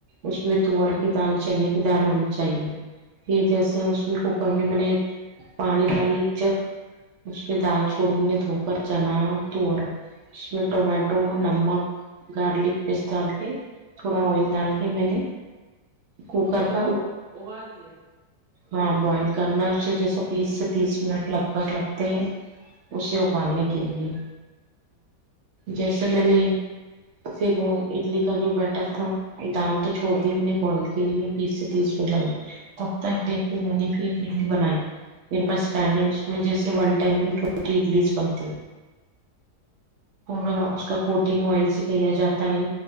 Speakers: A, on the right; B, on the right.
A: اس میں تور کی دال چنے کی دال ہونی چاہیے پھر جیسا اس میں کوکر میں میں نے پانی ڈالی ایک جک اس میں دال چوڑی میں دھو کر چنا توور اس میں ٹمیٹو نمک گارلک پیسٹ ڈال کے تھوڑا آئل ڈال کے میں نے کوکر
B: اس کو
A: کا
B: ابال دیا
A: ہاں بوائل کرنا اس سے جیسا بیس سے تیس منٹ لگ بھگ لگ تا ہے اسے اگالنے کے لیے جیسے میں نے پھر وہ اڈلی کا جو بیٹر تھا دال تو چھوڑ دی میں نے بوائل بیس سے تیس منٹ لگے تب تک ایک نے پھر اڈلی بنائی میرے پاس ٹینڈنگس میں جیسے ون ٹائم میں ٹوینٹی اڈلیز بنتی ہے پورا اس کا کوٹنگ وائل سے کیا جاتا ہے